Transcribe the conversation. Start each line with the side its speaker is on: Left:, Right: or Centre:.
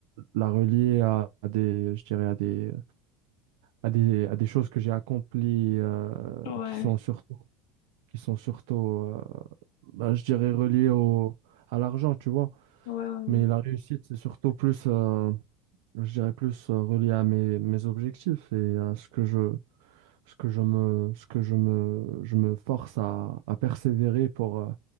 Right: la relier à, à des, je dirais, à des, à des, à des choses que j'ai accomplies, euh,
Left: Ouais,
Right: qui sont surtout, qui sont surtout, euh, bah, je dirais, reliées au, à l'argent, tu vois.
Left: ouais, ouais, ouais.
Right: Mais la réussite, c'est surtout plus, euh, je dirais plus euh, relié à mes, mes objectifs et à ce que je, ce que je me, ce que je me, je me force à, à persévérer pour, euh,